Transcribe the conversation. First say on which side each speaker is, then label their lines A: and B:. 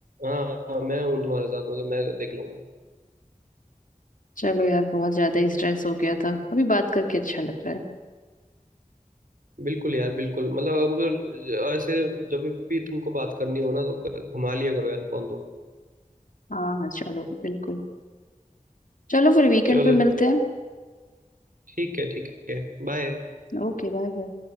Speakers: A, on the right; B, on the left.
A: हाँ हाँ, मैं हूँ तुम्हारे साथ मतलब मैं देख लूंगा
B: चलो यार बहुत ज्यादा ही स्ट्रेस हो गया था अभी बात करके अच्छा लग रहा है
A: बिल्कुल यार बिल्कुल मतलब अब अगर ऐसे जब भी तुमको बात करनी हो ना तो घुमा लिया करो यार फोन तुम
B: हाँ हाँ चलो बिल्कुल चलो फिर वीकेंड
A: चलो
B: पे मिलते हैं
A: ठीक है ठीक है बाय
B: Okay bye bye